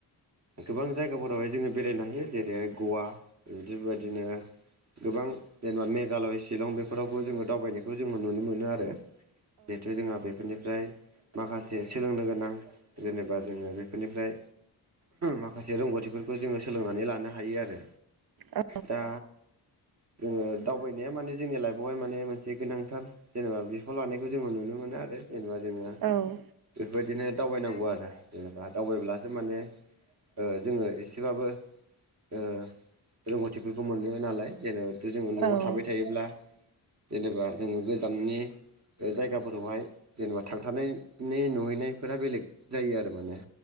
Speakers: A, on the right; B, on the right.
A: गोबां जायगाफोरावहाय जोङो बि बेरायनो हायो जेरै गवा बिदिबायदिनो गोबां जेनेबा मेघालय शिलं बेफोरावबो जोङो दावबायनायखौ जोङो नुनो मोनो आरो। बेथ' जोंहा बेफोरनि फ्राय माखासे सोलोंनो गोनां जेनेबा जोङो बेफोरनिफ्राय माखासे रोंगौथिफोरखौ जोङो सोलोंनानै लानो हायो आरो
B: औ
A: दा जोङो दावबायनाया माने जोंनि लाइफआवहाय माने मोनसे गोनांथार जेनेबा बिफाव लानायखौ जोङो नुनो मोनो आरो जेनेबा जोङो
B: औ
A: बेफोरबायदिनो दावबायनांगौ आरो जेनेबा दावबायब्लासो माने जोङो एसेबाबो ओ रोंगौथिफोरखौ मोनो नालाय। जेनेबाथ' जोङो न'आव
B: औ
A: थाबाय थायोब्ला जेनेबा जोङो गोजाननि जायगाफोरावहाय जेनेबा थांथारनि नुहैनायफोरा बेलेग जायो आरो माने।